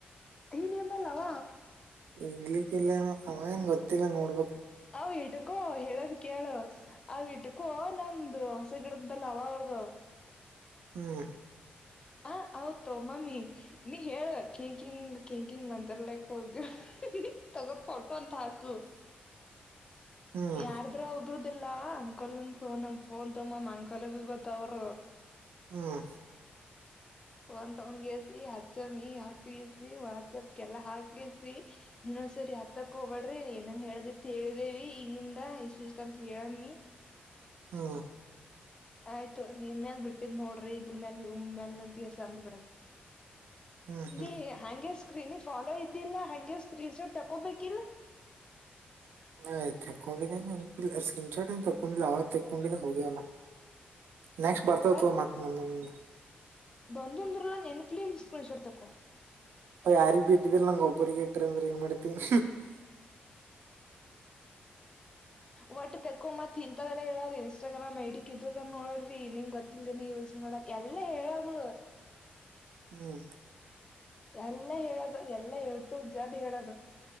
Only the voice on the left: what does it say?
ಈ ನಿಂಬಲ್ಲವ
ಅವ ಇಟಕೋ ಹೇಳೋದ್ ಕೇಳು ಅವ ಇಟಕೋ ನಮ್ದು ಹೊಸ ಗಿಡದ ಬಲ್ಲ ಅವ.. ಹೋಗ.
ಹ ಹೌತ ಮಮ್ಮಿ. ನೀ ಹೇಳ ಕಿಂಕಿಂಗ್ ಕಿಂಕಿಂಗ್ ಅಂತಲಕ್ ಹೋಗಿ ತಗೋರ್ ಫೋಟೋ ಅಂತ ಹಾಕು..
ಯಾರದ್ರೂ ಒಬರುದ. ಇಲ್ಲ ಅಂಕಲ್ನ್ಫೋನ್ ತಮ್ಮ್ ಅಂಕಲ್ಗ ಗೊತ್ತ ಅವರ.
ಫೋನ್ ತಗೊಂಡಗಸಿ ಹಚ್ಚ ಮಿ ಹತ್ತಗಸಿ ಮಚಪ್ಗೆಲ್ಲ ಹಾಕಸ.. ನೀನ್ೊಂದ್ಸರಿ ಆತ್ರಕ್ ಹೋಗಬಾಡ್ರಿ ಏನೇನ್ ಹೇಳದಿ ತಿ ಹೇಳಿದೇವಿ ಹಿಂಗಿಂಗ ಇಷ್ಟ ಇಷ್ಟ ಅಂತ ಹೇಳಮ್ಮಿ..
ಆಯ್ತು ನಿಮ ಮೇಲ್ ಬಿಟ್ಟಿದ್ ನೋಡ್ರಿ ಇದ್ರ ಮೇಲೆ ನಿ ಮೇಲ್ ನ ತಸ ಅಂದ್ ಬಿಡು..
ನೀ ಹಗೆ.. ಸ್ಕ್ರೀನಿ ಫಾಲೋ ಇದ್ದಿಲ್ಲ ಹಗೆ ಸ್ಕ್ರೀನ್ ಶಾಟ್ ತಕೋಬೇಕಿಲ್ಲ..
ಒಟ್
ಬಂದಂದ್ರಲ್ಲ ನೆನ್ಪಲಿಸ್ಕಳಸಡ್ತಕೋ..
ಒಟ್ಟು ತೆಕ್ಕೋ ಮತ್ ಇಂಥವೆಲ್ಲಾ ಹೇಳ.. ಇನ್ಸ್ಟಾಗ್ರಾಮ್ ಐಡಿಕ್ ಇದ್ರದನ್ ನೋಡ್ರಿ ನಿನ್ ಗೊತ್ತಲ್ದನ ಯಲ್ಸ್ ನೋಡಕ್ ಎಲ್ಲಾ ಹೇಳೋದು..
ಎಲ್ಲ ಹೇಳದು ಎಲ್ಲ ಹೇಳೇಳ್ಟ್ಟು ಉಜ್ಜಡ್ ಹೇಳದು..